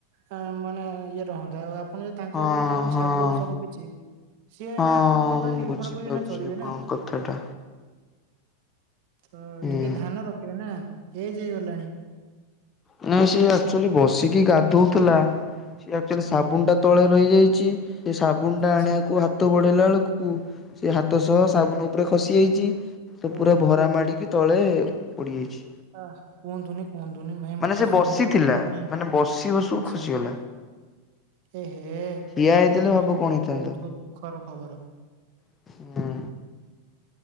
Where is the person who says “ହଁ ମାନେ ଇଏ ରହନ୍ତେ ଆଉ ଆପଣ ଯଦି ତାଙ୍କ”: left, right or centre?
Right